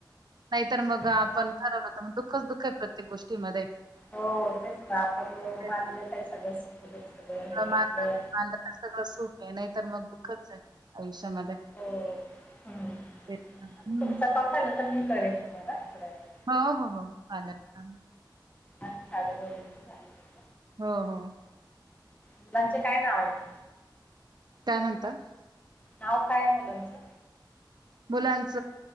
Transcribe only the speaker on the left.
हम्म.
हो हो तेच ना आपण
मानन्यात आहे सगळं सुख दुःख सगळं हे
आपलं
हो. हं.
आता तुमचा कॉल झाला तर मी करेन तुम्हाला थोड्या वेळांनी
साधा कॉल आधी करू
मुलांचे काय नाव आहेत.
नाव काय मुलांचं?